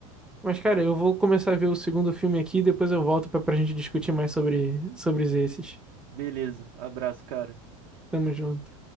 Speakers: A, in the centre; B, on the right.
A: Mas, cara, eu vou começar a ver o segundo filme aqui e depois eu volto pra, pra gente discutir mais sobre, sobre esses.
B: Beleza, abraço, cara.
A: Tamo junto.